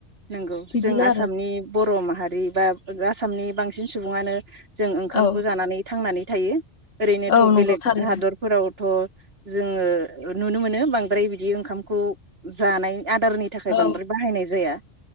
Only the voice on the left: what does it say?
बिदिनो
आरो
औ
औ
नंगौ थारैनो
औ